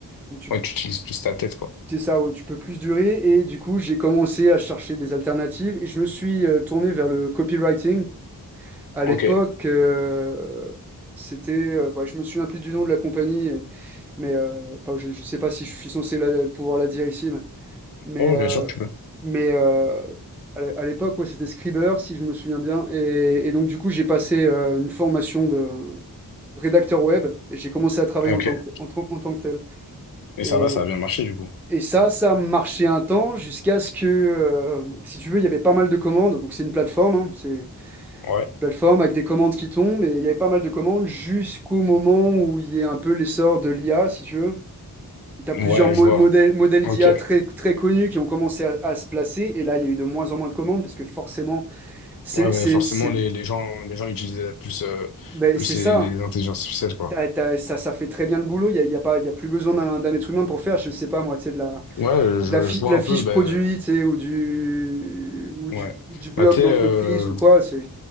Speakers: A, in the centre; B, on the left.
A: où tu,
B: Ouais, tu
A: tu-
B: utilises plus ta tête, quoi.
A: c'est ça, où tu peux plus durer. Et du coup, j'ai commencé à chercher des alternatives et je me suis euh, tourné vers le copywriting. À l'époque,
B: Ok.
A: euh, c'était, euh, bah, je me souviens plus du nom de la compagnie, et- mais euh, enfin, je, je sais pas si je suis censé la- pouvoir la dire ici, mais, mais,
B: Oh,
A: euh,
B: bien sûr, tu peux.
A: mais euh, à l'é- à l'époque, ouais, c'était Scriber, si je me souviens bien, et, et donc du coup, j'ai passé euh, une formation de rédacteur web et j'ai commencé à travailler
B: Ok.
A: en tant que, en, tant en tant que tel.
B: Et
A: Et,
B: ça va, ça a bien marché, du coup.
A: et ça, ça marchait un temps jusqu'à ce que, euh, si tu veux, il y avait pas mal de commandes, donc c'est une plateforme, hein, c'est
B: Ouais.
A: plateforme avec des commandes qui tombent, et il y avait pas mal de commandes jusqu'au moment où il y a un peu l'essor de l'IA, si tu veux. Tu as
B: Ouais,
A: plusieurs mo-
B: je vois.
A: modèles, modèles
B: Ok.
A: d'IA très, très connus qui ont commencé à, à se placer, et là, il y a eu de moins en moins de commandes, parce que forcément, c'est
B: Ouais, mais
A: c'est-
B: forcément,
A: c'est-
B: les, les gens, les gens utilisent plus, euh,
A: ben,
B: plus
A: c'est ça.
B: les, les intelligences artificielles, quoi.
A: T'as- t'as- ça, ça fait très bien le boulot, il n'y a, il y a pas, il y a plus besoin d'un d'un être humain pour faire, je sais pas moi, tu sais, de la,
B: Ouais, euh, je,
A: de la, fi-
B: je vois
A: de la
B: un
A: fiche
B: peu, ben,
A: produit, tu sais, ou du, ou du,
B: ouais.
A: du blog
B: Bah, tu
A: d'entreprise
B: sais, euh,
A: ou quoi, c'est,